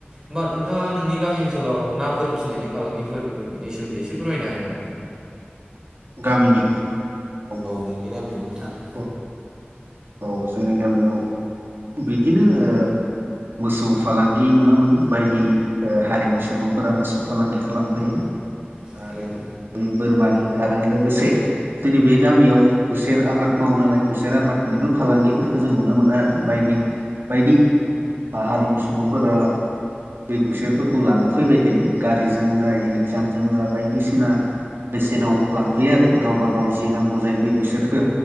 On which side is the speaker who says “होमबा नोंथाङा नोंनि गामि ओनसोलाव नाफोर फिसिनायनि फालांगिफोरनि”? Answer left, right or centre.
Right